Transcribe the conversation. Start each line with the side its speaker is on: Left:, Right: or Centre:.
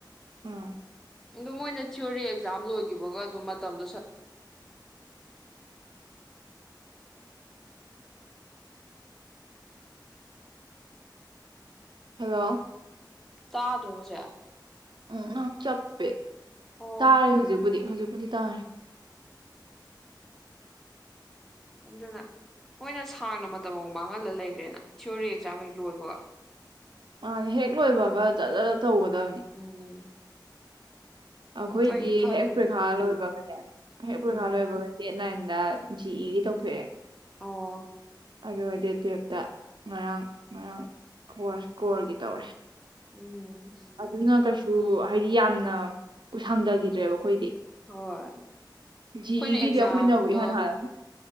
Right: ꯑꯥ
Centre: ꯑꯗꯣ ꯃꯣꯏꯅ ꯊꯤꯑꯣꯣꯔꯤ ꯑꯦꯛꯖꯥꯝ ꯂꯣꯏꯈꯤꯕꯒ ꯑꯗꯨꯝ ꯃꯇꯝꯗꯣ
Right: ꯍꯂꯣ
Centre: ꯆꯥꯗ ꯔꯣꯖꯦ
Right: ꯎꯝꯪ ꯆꯄꯦ
Centre: ꯑꯣ
Right: ꯇꯥꯔꯦ ꯍꯧꯖꯤꯛꯕꯨꯨꯗꯤ ꯍꯧꯖꯤꯛꯕꯨꯨꯗꯤ ꯇꯥꯔꯦ
Centre: ꯑꯗꯨꯅ ꯃꯣꯏꯅ ꯁꯥꯡꯅ ꯃꯇꯝ ꯑꯃ ꯃꯥꯡꯍꯜꯂ ꯂꯩꯈ꯭ꯔꯦꯅ ꯊꯤꯑꯣꯣꯔꯤ ꯑꯦꯛꯖꯥꯝ ꯍꯦꯛ ꯂꯣꯏꯕꯒ
Right: ꯑ ꯍꯦꯛ ꯂꯣꯏꯕꯒ ꯇꯧꯒꯗꯕꯅꯤ
Centre: ꯎꯝ
Right: ꯑꯩꯈꯣꯏꯗꯤ
Centre: ꯀꯩ ꯈꯜꯂꯤꯅꯣ
Right: ꯍꯦꯛ ꯄꯔꯤꯈꯥ
Centre: ꯈꯪꯗꯦꯅꯦ
Right: ꯂꯣꯏꯕꯒꯅꯦ ꯍꯦꯛ ꯄꯔꯤꯈꯥ
Centre: ꯎꯝ
Right: ꯂꯣꯏꯕꯒꯗꯤꯠ ꯅꯥꯏꯟꯗ ꯖꯤ ꯏꯒꯤ ꯇꯧꯊꯣꯛꯑꯦ
Centre: ꯑꯣ
Right: ꯑꯗꯨꯒ ꯗꯦꯠ ꯇꯨꯌꯦꯜꯞꯇ ꯉꯔꯥꯡ ꯉꯔꯥꯡ ꯀ ꯀꯣꯔꯒꯤ ꯇꯧꯔꯦ
Centre: ꯎꯝ
Right: ꯑꯗꯨꯅ ꯀꯩꯁꯨ ꯍꯥꯏꯗꯤ ꯌꯥꯝꯅ ꯀ ꯁꯪꯗꯈꯤꯗ꯭ꯔꯦꯕ ꯑꯩꯈꯣꯏꯗꯤ
Centre: ꯍꯣꯏ ꯑꯩꯈꯣꯏꯅ
Right: ꯖꯤ ꯏꯒꯤꯗꯤ
Centre: ꯑꯦꯛꯖꯥꯝꯗꯣ
Right: ꯑꯩꯈꯣꯏꯅꯕꯨ ꯏꯍꯥꯟ ꯍꯥꯜꯂꯅꯤ